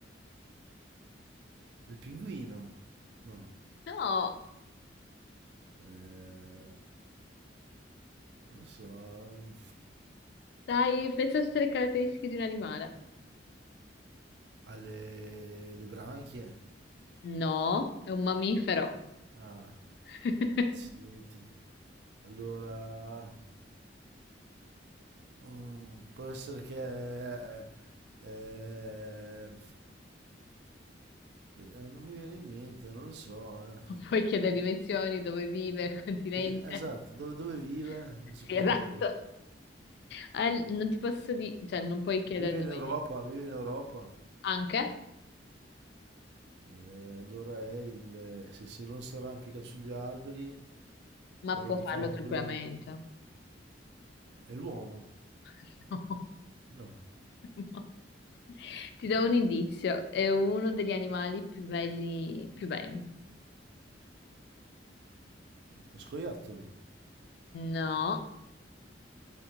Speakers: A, on the right (about 65°); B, on the left (about 60°).
A: è il pinguino, no,
B: no.
A: eh, non lo so...
B: Dai, pensa a tutte le caratteristiche di un animale.
A: alle le branchie?
B: No, è un mammifero.
A: Ah,
B: <laughs>
A: accidenti. Allora, mm, può essere che... eh, eh, eh, non mi viene in mente, non lo so. eh.
B: Non puoi chiedere dimensioni, dove vive, il continente.
A: Vedi- Esatto, dove, dove vive?
B: <laughs>
A: Non si
B: Sì,
A: può
B: esatto.
A: chiedere.
B: Al- non ti posso dire, cioè, non puoi chiedere
A: Vive
B: dove
A: in Europa,
B: vive.
A: vive in Europa.
B: Anche,
A: Eh, allora è il... Se, se non si arrampica sugli alberi,
B: ma
A: però
B: può
A: lo può
B: farlo
A: fare tranquillamente.
B: tranquillamente.
A: È l'uomo?
B: <laughs> No,
A: No,
B: no. Ti do un indizio, è uno degli animali più belli, più belli.
A: lo scoiattolo.
B: No,